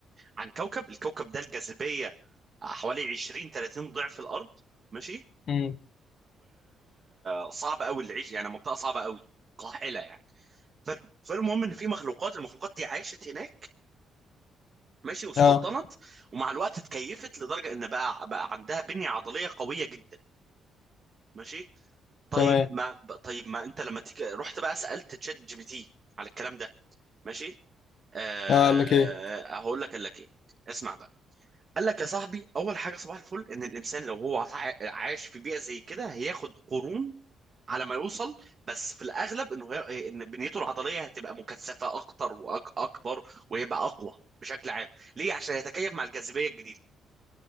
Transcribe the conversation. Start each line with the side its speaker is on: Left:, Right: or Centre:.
Right: عن كوكب الكوكب ده الجاذبية حوالي 20 30 ضعف الأرض ماشي
Left: امم
Right: وصعب قوي اللي يعيش يعني منطقة صعبة قوي قاحلة يعني ف... فالمهم ان في مخلوقات المخلوقات دي عاشت هناك ماشي واستوطنت
Left: اه
Right: ومع الوقت اتكيفت لدرجة ان بقى بقى عندها بنية عضلية قوية جدا ماشي طيب
Left: تمام
Right: ما ب- طيب ما انت لما تيجي رحت بقى سألت تشات جي بي تي على الكلام ده ماشي أه
Left: اه قال لك ايه
Right: هقول لك قال لك ايه اسمع بقى قال لك يا صاحبي اول حاجه صباح الفل ان الانسان لو هو عا- عايش في بيئه زي كده هياخد قرون على ما يوصل بس في الاغلب انه هي... إيه، ان بنيته العضليه هتبقى مكثفه اكتر واكبر وهيبقى اقوى بشكل عام ليه عشان يتكيف مع الجاذبيه الجديده